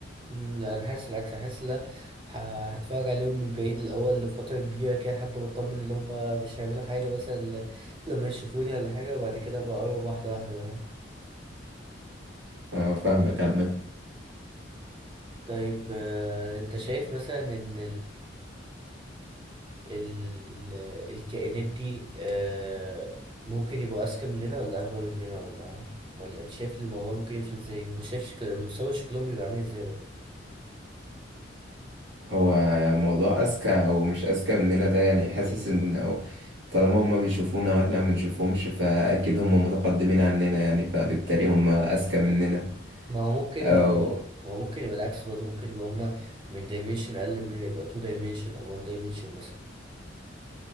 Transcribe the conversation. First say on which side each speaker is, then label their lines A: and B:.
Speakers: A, on the right (about 25°); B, on the right (about 80°).
A: مم، لا أنا حاسس العكس أنا حاسس لا ه- هتفرج عليهم من بعيد الأول لفترة كبيرة كده لحد ما أطمن إن هما مش هيعملوا حاجة مثلا ل- لما يشوفوني ولا حاجة وبعد كده بقرب واحدة واحدة بقى
B: آه، فاهمك عامة
A: طيب آه، أنت شايف مثلا إن ال... الكائنات دي آه، ممكن يبقوا أذكى مننا ولا أغبى مننا ولا ولا أنت شايف الموضوع ممكن يمشي إزاي وشايف شكل متصور شكلهم بيبقى عامل إزاي برضه
B: هو موضوع أذكى أو مش أذكى مننا ده يعني حاسس إن أو طالما هما بيشوفونا وإحنا ما بنشوفهمش فأكيد هما متقدمين عننا يعني فبالتالي هما أذكى مننا
A: ما هو ممكن
B: أو
A: ي... ما هو ممكن يبقى العكس برضه ممكن يبقى هما من دايمنشن أقل مننا يبقى تو دايمنشن أو وان دايمنشن مثلا